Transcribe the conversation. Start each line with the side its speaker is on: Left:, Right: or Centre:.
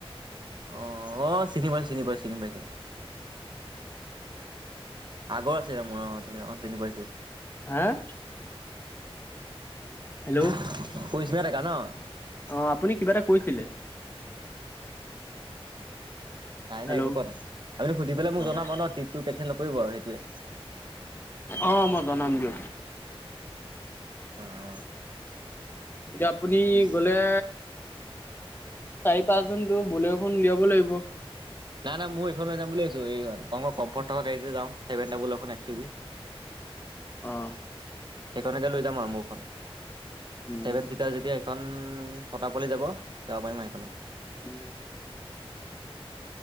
Right: অ অ চিনি পাইছো চিনি পাইছো চিনি পাইছো আগত আছিলে মোৰ অ চিনি পাইছো
Left: হেএ হেল্ল'
Right: <unintelligible>
Left: অ আপুনি কিবা এটা কৈছিলে
Right: নাই
Left: হেল্ল'
Right: নাই একো কোৱা নাই আপুনি সুধি পেলায় মোক
Left: অ'
Right: জনাব ন ট্ৰিপটো কেঞ্চেল নকৰি আৰু সেইটোৱে
Left: অ মই জনাম দি
Right: অ অ
Left: এতিয়া আপুনি
Right: পিছ
Left: গ'লে চাৰি পাঁচজনতো বলেৰখন উলিয়াব লাগিব
Right: নাই নাই মই এইখন ল যাম ভাবিছোঁ এইখন অণ ম কমফৰ্ট থকা গাড়ীতে যা ছেভেন ডাবুল এ একচু বি
Left: অঁ
Right: সেইখনকে লৈ যাম আৰু মোৰখন ছেভেন
Left: উম,
Right: চিটাৰ যেতিয়া এইখন ছটা পোৱালি যাব যাব পাৰিম এইখনত
Left: উম